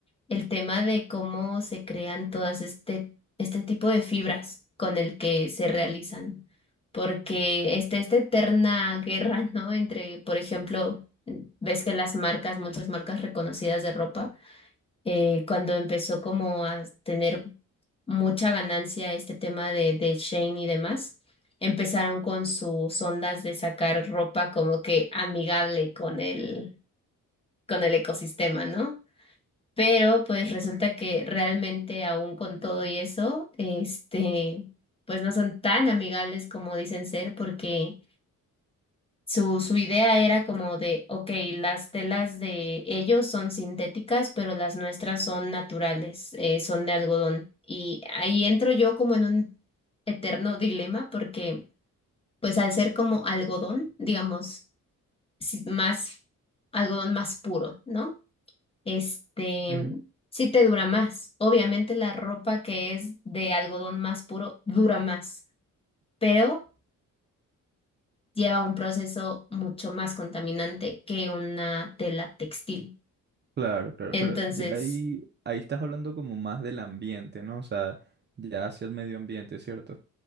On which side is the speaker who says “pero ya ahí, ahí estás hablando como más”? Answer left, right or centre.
Right